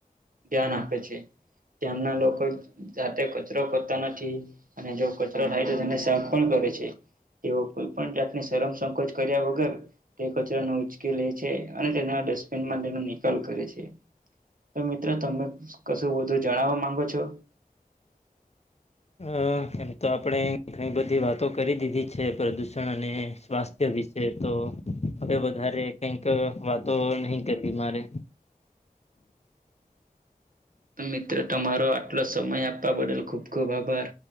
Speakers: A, on the right; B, on the left.
A: ધ્યાન આપે છે. તેમના લોકો જાતે કચરો કરતા નથી. અને જો કચરો થાય તો તેને સાફ પણ કરે છે. તેઓ કોઈ પણ જાતને શરમ સંકોચ કર્યા વગર તે કચરાને ઉચકી લે છે. અને તેના ડસ્ટબિનમાં તેનો નિકાલ કરે છે. તો મિત્ર, તમે કશું વધુ જણાવવા માંગો છો?
B: આ. એમ તો આપણે ઘણી બધી વાતો કરી દીધી છે પ્રદૂષણ અને સ્વાસ્થ્ય વિશ શે તો હવે વધારે, કઈક વાતો નહી કરવી મારે.
A: તો મિત્રો, તમારો આટલો સમય આપવા બદલ ખૂબ ખૂબ આભાર.